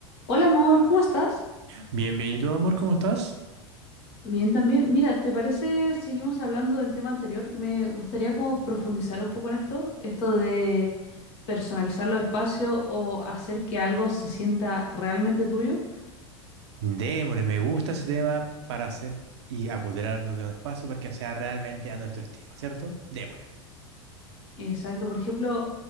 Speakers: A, on the left; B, on the right.
A: Hola amor, ¿cómo estás?
B: Bienvenido, amor, ¿cómo estás?
A: Bien también. Mira, ¿te parece seguimos hablando del tema anterior que me gustaría como profundizar un poco en esto, esto de personalizar los espacios o hacer que algo se sienta realmente tuyo?
B: Démosle, me gusta a ese tema para hacer y apoderarnos de un espacio para que sea realmente a nuestro estilo, ¿cierto? Démosle.
A: Exacto, por ejemplo,